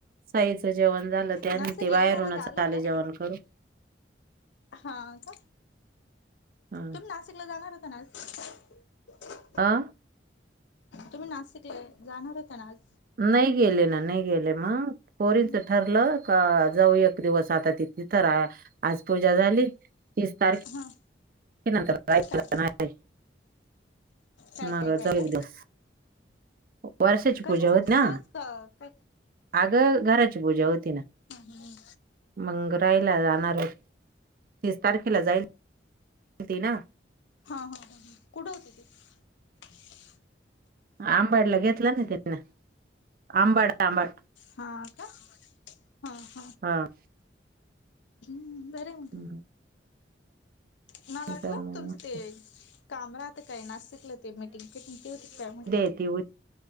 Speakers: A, on the right (about 50°); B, on the left (about 80°).
A: साईचं जेवण झालं त्यान
B: नाशिकला
A: बाहेरूनच
B: येणार होता आला होता
A: आले जेवण करून
B: हा का
A: हा
B: तुम्ही नाशिकला जाणार होता ना आज
A: आं
B: तुम्ही नाशिक जाणार होता ना आज.
A: नाही गेले ना नाही गेले मग. पोरीनच
B: हम्म.
A: ठरलं का जाऊ एक दिवस आता तिथे तर आज पूजा झाली. तीस तारीखे.
B: हा
A: क नंतर नाही
B: काय
A: रे
B: काय
A: मग
B: काय काय
A: जाऊ
B: काय
A: एक दिस. वर्षाची
B: कशासाठी
A: पूजा होती
B: सहज
A: ना
B: क- काय
A: अग घराची पूजा होती ना.
B: हम हम.
A: मंग रायला जाणार हो तीस तारखेला जायल. ते ना.
B: हा ह कुठे. <inaudible>
A: आंबाडला घेतला ना त्यांना आंबाड आंबाड.
B: हा का हा.
A: हा.
B: हम्म बर मते.
A: हम्म.
B: मला वाटलं
A: जाऊ मग
B: तुमचं
A: म्हटलं
B: ते काम राहतं काय नासिकलं ते मीटिंग फिटिंग ते होती काय म्ह.
A: त होई.